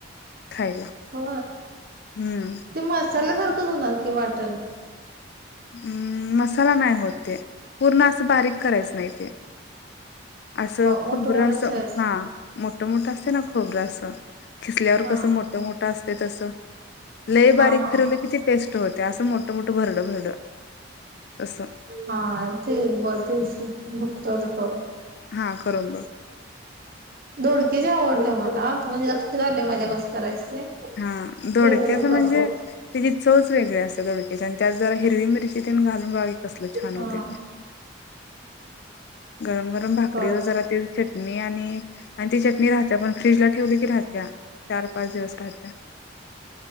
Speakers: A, on the left; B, on the right.
A: खायला
B: हो
A: हम्म
B: ते मसाल्यासारखंच होणार की वाटण
A: हम् मसाला नाही होत ते पूर्ण असं बारीक करायचं नाही ते असं खोबरं
B: मोठ मोठ
A: अस
B: चॉईस
A: हा मोठं मोठं असतय ना खोबरं असं किसल्यावर
B: हा
A: कसं मोठ मोठं असतय तसं लई
B: हा
A: बारीक
B: हा
A: फिरवली कि ते पेस्ट होते. असं मोठ मोठं भरडं भरडं तसं.
B: हा ते ब तेच बघतो करून. <unintelligible>
A: हा करून बघ.
B: दोडक्याची आवडल्या मला. म्हणजे लक्षात आलंय माझ्या. म्हणजे कस करायचे ते.
A: हा दोडक्याच
B: तेव्हा मग
A: म्हणजे
B: करू न
A: त्याची चवच वेगळे असते दोक्याचे. आणि त्याच जरा हिरवी मिरची तेन घालून बाघा कसलं छान
B: हा
A: होते ते. गरम गरम भाकरीव
B: कळत
A: जरा ते चटणी आणि आणि ती चटणी राहते पण. फ्रीज ला ठेवले की राहते. चार पाच दिवस राहतेया.